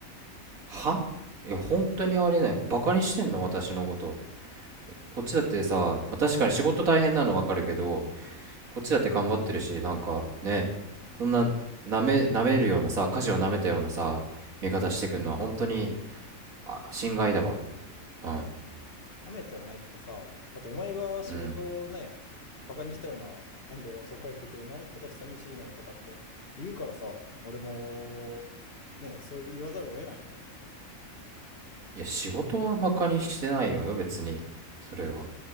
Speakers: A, on the right; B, on the left.
A: はいや、本当にありえない。バカにしてんの、私のこと。こっちだってさ、まあ、確かに仕事大変なのわかるけど、こっちだって頑張ってるし、なんかね、そんな舐め、舐めるようなさ、舵を舐めたようなさ、味方してくんのは本当に、あ、心外だわ。うん。
B: なめてはないけどさ、だってお前が仕事をね、
A: うん。
B: バカにしたような、なんで遅く帰ってくるの私寂しいのよとかって言うからさ、俺も、ね、そう言わざるを得ないのよ。
A: いや、仕事はバカにしてないよ、別に。それは。